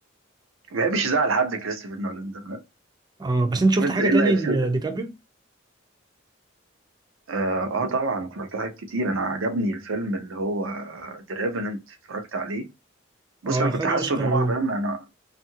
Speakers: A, on the right; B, on the right.
A: ما بيحبش يزعل حد كريستوفر نولان ده فاهم؟
B: اه بس انت شفت
A: شوف انت
B: حاجة
A: ايه
B: تاني
A: اللي هيبسطك
B: لديكابريو
A: اه آه طبعا اتفرجت على حاجات كتير انا عجبني الفيلم اللي هو ذا ريفننت اتفرجت عليه بص
B: اه
A: انا كنت
B: خد
A: حاسه
B: اوسكار
A: ان هو
B: اهو
A: فاهم انا